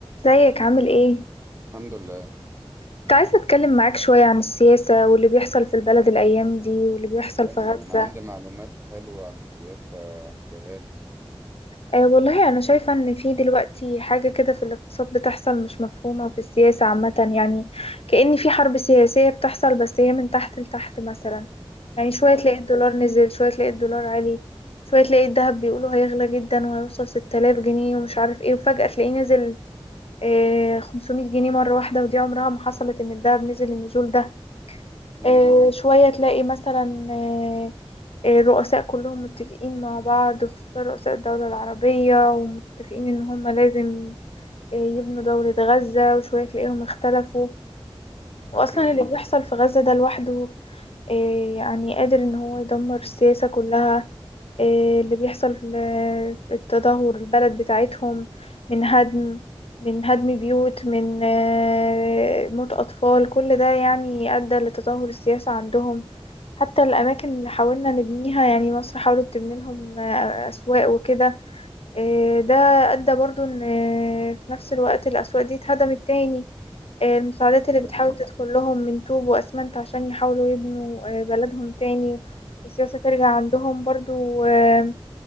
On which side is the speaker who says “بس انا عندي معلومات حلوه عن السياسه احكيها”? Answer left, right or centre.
Right